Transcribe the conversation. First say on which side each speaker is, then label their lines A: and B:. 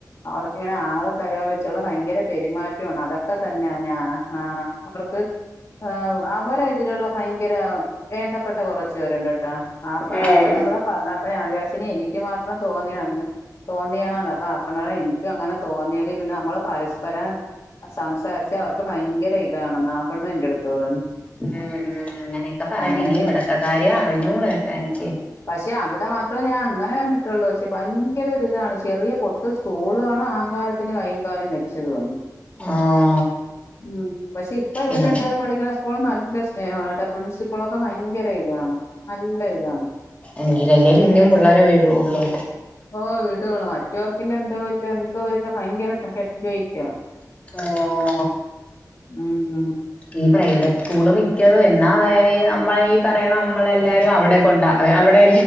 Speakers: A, on the left (about 50°); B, on the left (about 20°).
A: അവർക്ക് ഇങ്ങനെ ആളും തരാന്ന് വെച്ചുള്ള ഭയങ്കര പെരുമാറ്റമാണ് അതൊക്കെ തന്നെയാ ഞാ ആഹ്. അവർക്ക് ആഹ് അവരെ ഇതിലുള്ള ഭയങ്കര. വേണ്ടപ്പെട്ട കുറച്ചു പേരുണ്ട് കേട്ടോ ആഹ് പ
B: ഉം
A: ആഹ് പെണ്ണ്
B: ഉം
A: എന്നോട് പറഞ്ഞപ്പോളാ ഞാൻ വിചാരിച്ചുനി എനിക്ക് മാത്രം തോന്നിയത് അല്ല. തോന്നിയതായെന്ന് പറഞ്ഞമ്പോ ആഹ് പെണ്ണ് പറയുക എനിക്കും അങ്ങനെ തോന്നിയടി പിന്നെ നമ്മൾ പരസ്പരം. സംസാരിച്ചാൽ അവർക്ക് ഭയങ്കര ഇതാണ് എന്ന് ആഹ് പെണ്ണ് എന്റെ അടുത്ത് പറഞ്ഞു.
B: ഉം ഉം അങ്ങനെയൊക്കെ പറയുന്നു
A: അങ്ങനെയാണെ
B: ഇനി ഇവിടുത്തെ കാര്യം അറിഞ്ഞൂടാ കേട്ടോ എനിക്ക്.
A: പക്ഷെ അവിടെ മാത്രമേ ഞാൻ അങ്ങനെ കണ്ടിട്ടുള്ളൂ, പക്ഷേ ഭയങ്കര ഒരു ഇതാണ് ചെറിയ പൊട്ട്. കൂളും ആണ് അഹങ്കാരത്തിന് കയ്യും കാലും വെച്ചതുവാണ്.
B: ആഹ്
A: ഉം പക്ഷെ ഇപ്പ ഇവര്
B: ഇവ
A: രണ്ടുപേരും പഠിക്കുന്ന സ്കൂള് നല്ല സ് സ്നേഹം ആട്ടെ പ്രിൻസിപ്പൽ ഒക്കെ ഭയങ്കര ഇതാണ്, നല്ല ഇതാണ്.
B: എങ്കിൽ അല്ലേ പിന്നെ പിള്ളാരെ വിടുള്ളൂ.
A: ഓഹ് വിടുള്ളൂ മറ്റവർക്ക് ഇനി എന്തോ വല്ല്യ എന്തോരു ഭയങ്കര ഹെഡ് വെയ്റ്റാ.
B: ആഹ്
A: ഉം
B: ഈ പ്രൈവറ്റ് സ്കൂള് മിക്കതും എന്നാ നമ്മള് ഈ പറയണ നമ്മളെല്ലാരും അവിടെ കൊണ്ടാെ അവിടെ.